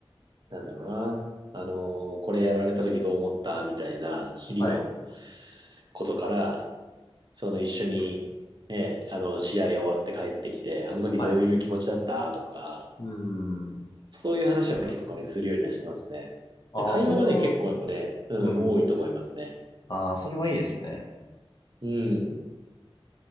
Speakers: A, on the right; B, on the left.
A: なんだろうな、あのーこれやられた時どう思ったみたいな日々の
B: はい。
A: ことから、その一緒に、ね、あの、試合終わって帰ってきて、あの時どういう気持ちだったとか、
B: はい。うーん。
A: そういう話は結構ね、するようにはしてますね。会話はね、
B: ああ、それは、
A: 結構ね、うん、
B: うん。
A: 多いと思いますね。
B: ああ、それはいいですね。
A: うん。